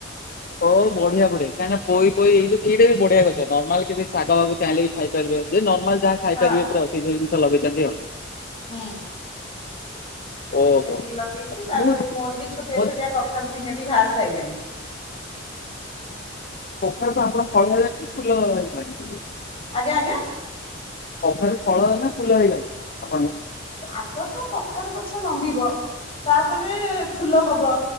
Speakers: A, on the left; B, on the left.
A: ଓ ବଢ଼ିଆ ବଢି଼ଆ କାହିଁ ନା ପଇ ପୋଇ ଏଇଟା ବି ବଢି଼ଆ ଗଛ ନର୍ମାଲ କିଛି ଶାଗ ଭାଗ ଚାହିଁଲେ ବି ଖାଇ ପାରିବେ ଯେ ନର୍ମାଲ ଯାହା ଖାଇପାରିବେ
B: ହଁ
A: ପୁରା ସେଇ ଯୋଉ ଜିନିଷ ଲଗେଇଛନ୍ତି ଆଉ
B: ହୁଁ
A: ଓହୋ
B: ଏତିକି ଲଗେଇଛି ତାପରେ
A: ମୁଁ
B: ମୋର ବି ଛୋଟିଆ
A: ମୋ
B: ଛୋଟିଆ କଖାରୁୁ ତିନୋଟି ବାହାରି ସାରିଲାଣି
A: କଖାରୁ ତ ଆପଣ ଫଳ <unintelligible> ଫୁଲ ବାହାରି
B: ଆଜ୍ଞା ଆଜ୍ଞା
A: କଖାରୁ ଫଳ ନା ଫୁଲ ହେଇଗଲା ଆପଣ
B: ଆଗ ତ କଖାରୁ ଗଛ ଲମ୍ବିବ ତାପରେ ଫୁଲ ହବ